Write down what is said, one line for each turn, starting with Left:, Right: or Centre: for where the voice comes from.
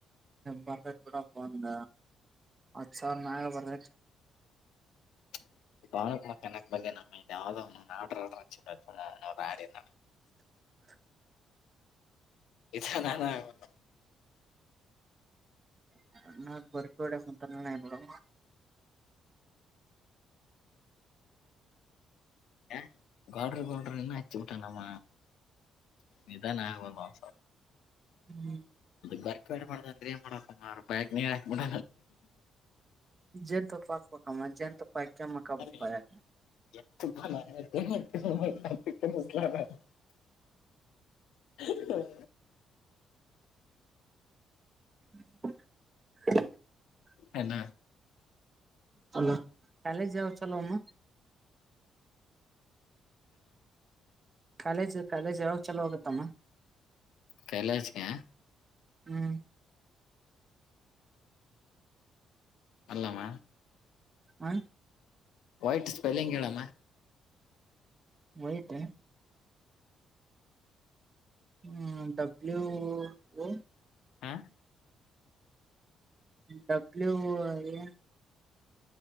Right: ಬರ್ಬೇಕೂಡ ಒಂದ ಹತ್ ಸಾವಿರನಾಗ ಬರ್ಬೇಕು. <inaudible>
Left: <unintelligible>
Right: <inaudible>
Left: ಇದಾನ <unintelligible>
Right: <unintelligible> ನಾ ಬುರ್ಕ ಹೊಡಕ್ ಕುಂತ ನೋರು
Left: ಹ ಗಾಡ್ರಿ ಗೋಡ್ರ ಇನ್ನ ಹಚ್ಚಿ ಊಟ ನಮ್ಮ ನಿಧಾನ ಆಗ ಮಾಂಸ.
Right: ಹ್ಮ್
Left: ಬೈಕ್ ಬೇಡ್ ಮಾಡ ಅಂದ್ರೆನ್ ಮಾಡ ಕುಮಾರ ಬೈಕ್ ನೀರ್ ಹಾಕ್ ಬಿಡ
Right: ಜೇನ್ ತಪ್ಪ ಹಾಕ್ಬೇಕಮ್ಮ ಜೇನ್ತುಪ್ಪಕ ಹಾಕ್ದೆ ಮಕ್ಕಬುಡ್ತಾರೆ
Left: ನಾನು. <inaudible> ಹ <inaudible>
Right: ಹ <inaudible>
Left: ಅಲ್ಲ.
Right: ಚಲೋ ಕಾಲೇಜ ಜಾವ ಚಲೋ ಅಮ್ಮ. ಕಾಲೇಜ್ ಕಾಲೇಜ್ ಯಾವಾಗ ಚಲೋ ಆಗುತ್ತಮ್ಮ
Left: <unintelligible> ಕಲ <unintelligible>
Right: ಹ್ಮ್
Left: ಅಲ್ಲಮ
Right: ಹ
Left: ವಾಟ್ ಸ್ಪೆಲ್ಲಿಂಗ್ ಹೇಳಮ್ಮ.
Right: ವೈಟ್ ಅ ಹ್ಮ ಡಬ್ಲು ಒ
Left: ಆ
Right: ಡಬ್ಲ್ಯೂ ಓ <unintelligible>